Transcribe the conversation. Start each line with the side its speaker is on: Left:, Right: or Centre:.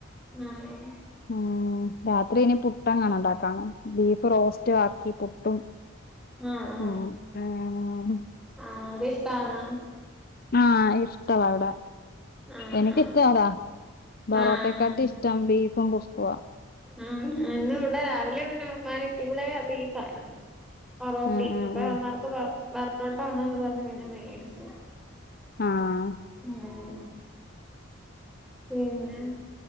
Centre: <unintelligible>
Left: ഉം രാത്രി ഇനി പുട്ടങ്ങണ ഉണ്ടാക്കണം ബീഫ് റോസ്റ്റ് റ്റ ആക്കി പുട്ടും
Centre: ആഹ് ആഹ്
Left: ഉം ഉം ഊം
Centre: ആഹ് അത് ഇഷ്ടാണോ
Left: ആ ഇഷ്ടവാവിട
Centre: ആഹ്
Left: എനിക്കിഷ്ട
Centre: ആഹ്
Left: അടാ ബറോട്ടക്കാട്ടി
Centre: ആഹ്
Left: ഇഷ്ടം ബീഫും പ്പോ
Centre: ആ അന്ന് ഇവിടെ രാവിലെ പിന്നെ <unintelligible> പീസായിരുന്നു പൊറോട്ടി
Left: ഉം ഉം
Centre: അപ്പൊനന്നക്ക്
Left: ഉം
Centre: വർ വർ അപ്പുറത്തെ കടേന്നു പിന്നെ മേടിച്ച്
Left: ആഹ്
Centre: ഉം പിന്നെ